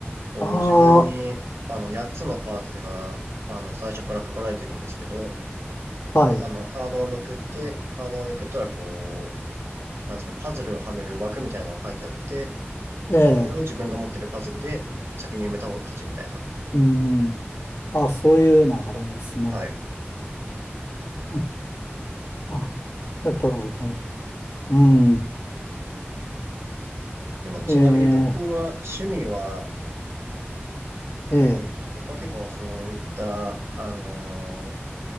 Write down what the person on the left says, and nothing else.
ああ、はい。
ええ、
うん。あ、そういうのがあるんですね。
うん。あ、ありがとうございます。うん。
ええ、ええ。